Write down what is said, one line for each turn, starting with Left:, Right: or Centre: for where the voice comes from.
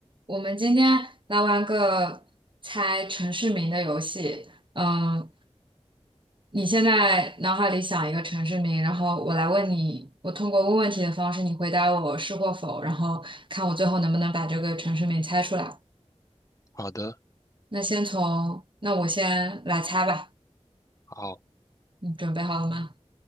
Right: 我们今天来玩个猜城市名的游戏。嗯，你现在脑海里想一个城市名，然后我来问你，我通过问问题的方式，你回答我是或否，然后看我最后能不能把这个城市名猜出来。
Left: 好的，
Right: 那先从，那我先来猜吧。
Left: 好，
Right: 你准备好了吗？